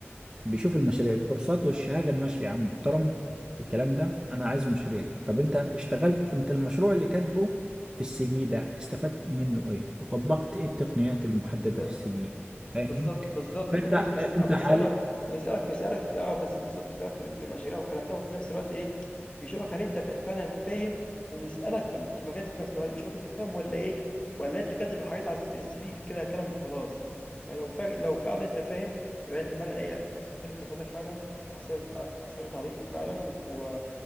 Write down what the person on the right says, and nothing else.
بيشوف المشاريع الكورسات والشهاده ماشي يا عم محترم الكلام ده انا عايز مشاريعك طب انت اشتغلت انت المشروع اللي كاتبه في السي في ده استفدت منه ايه وطبقت ايه التقنيات المحدده
في السي في فاهم
فانت
انت
حالي